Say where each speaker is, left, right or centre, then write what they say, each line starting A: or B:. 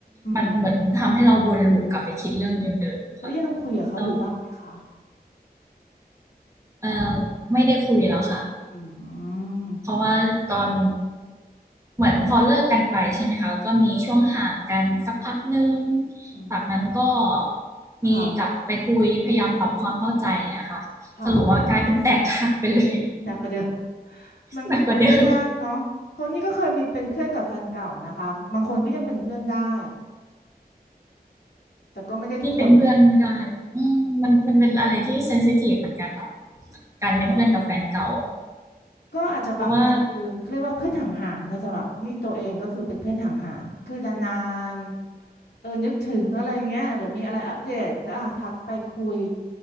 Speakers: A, on the right; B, on the left.
A: มันเหมือนทำให้เราวนลูปกลับไปคิดเรื่องเดิมๆค่ะ
B: มแล้วยังคุยกับเขาอยู่บ้างไหมคะ
A: เราเออไม่ได้คุยแล้วค่ะ
B: อืม
A: เพราะว่าตอนเหมือนพอเลิกกันไปใช่ไหมคะก็มีช่วงห่างกันสักพักหนึ่ง
B: อืม
A: จากนั้นก็มีกลับไปคุยพยายามปรับความเข้าใจอย่างเงี้ยค่ะสรุปว่ากลายเป็นแตกหักไปเลย
B: ค่ะค่ะหนักกว่าเดิม
A: <laughs>
B: มันก็มันก็ยากเนาะเพราะนี่ก็เคยมีเป็นเพื่อนกับแฟนเก่านะคะบางคนก็ยังเป็นเพื่อนได้
A: หนักกว่าเดิม
B: แต่ก็ไม่ได้ทุกคนนะ
A: นี่เป็นเพื่อนไม่ได้อืมมันมันเป็นอะไรที่เซนซิทีฟเหมือนกันเนาะการเป็นเพื่อนกับแฟนเก่า
B: ก็ก็อาจจะบางคือเขาเรียกว่าเพื่อนห่างๆแต่สำหรับนี่ตัวเองก็คือเป็นเพื่อนห่างๆคือนานๆเออนึกถึงอะไรเงี้ยหรือมีอะไรอัปเดตก็อ่ะทักไปคุย
A: เพราะว่า